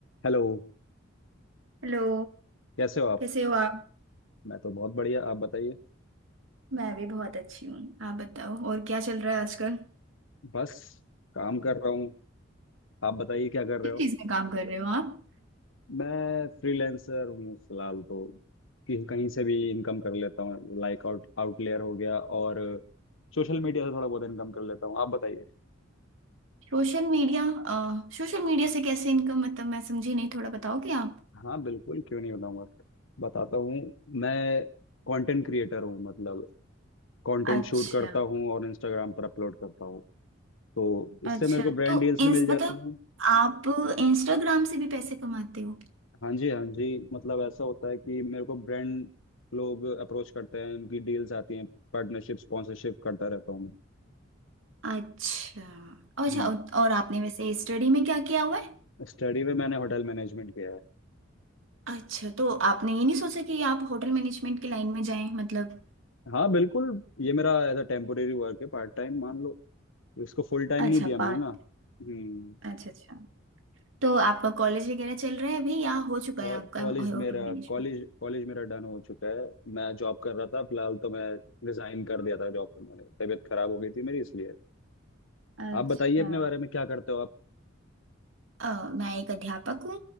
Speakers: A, on the left; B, on the right.
A: Hello
B: Hello
A: कैसे हो आप
B: कैसे हो आप
A: मैं तो बहुत बढ़िया आप बताइए
B: मैं भी बहुत अच्छी हूँ आप बताओ और क्या चल रहा है आजकल
A: बस काम कर रहा हूँ आप बताइए क्या कर रहे
B: किस
A: हो
B: चीज़ में काम कर रहे हो आप
A: मैं फ्रीलांसर हूँ फिलहाल तो कि कहीं से भी इनकम कर लेता हूँ लाइक आउट आउटलेयर हो गया और सोशल मीडिया से थोड़ा बहुत इनकम कर लेता हूँ आप बताइए
B: सोशल मीडिया अ, सोशल मीडिया से कैसे इनकम मतलब मैं समझी नहीं थोड़ा बताओगे आप
A: हाँ बिल्कुल क्यों नहीं बताऊंगा बताता हूँ मैं कंटेंट क्रिएटर हूँ मतलब कंटेंट
B: अच्छा
A: शूट करता हूँ और इंस्टाग्राम पर अपलोड करता हूँ तो इससे
B: अच्छा
A: मेरे को ब्रांड
B: तो
A: डील्स
B: इंस
A: मिल जाती
B: मतलब
A: हैं
B: आप इंस्टाग्राम से भी पैसे कमाते हो
A: हाँ जी हाँ जी मतलब ऐसा होता है कि मेरे को ब्रांड लोग अप्रोच करते हैं उनकी डील्स आती हैं पार्टनरशिप स्पॉन्सरशिप करता रहता हूँ मैं
B: अच्छा अच्छा
A: हम्म।
B: और और आपने वैसे स्टडी में क्या किया हुआ है
A: स्टडी में मैंने होटल मैनेजमेंट किया है
B: अच्छा तो आपने ये नहीं सोचा कि आप होटल मैनेजमेंट की लाइन में जाएं मतलब
A: हाँ बिल्कुल ये मेरा एज अ टेम्पोरेरी वर्क है पार्ट टाइम मान लो इसको फुल टाइम
B: अच्छा
A: नहीं दिया
B: पार्ट
A: मैंने ना हम्म
B: अच्छा अच्छा तो आपका कॉलेज वगैरह चल रहा है अभी या हो चुका
A: कॉलेज
B: है आपका होटल
A: मेरा
B: मैनेजमेंट
A: कॉलेज कॉलेज मेरा डन हो चुका है मैं जॉब कर रहा था फिलहाल तो मैं रिजाइन कर दिया था जॉब पर मैंने तबीयत खराब हो गई थी मेरी इसलिए
B: अच्छा
A: आप बताइए अपने बारे में क्या करते हो आप
B: अ, मैं एक अध्यापक हूँ